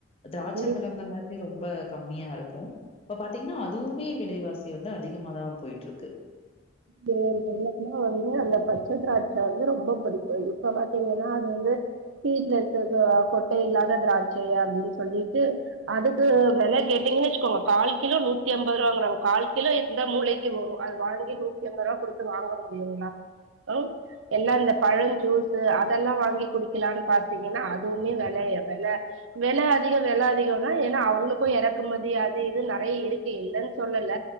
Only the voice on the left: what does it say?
திராட்ச
பழங்கள்லாத்தை ரொம்ப கம்மியா இருக்கு இப்ப பாத்தீங்கனா அதுவுமே விலைவாசி வந்து அதிகமாதா போயிட்ருக்கு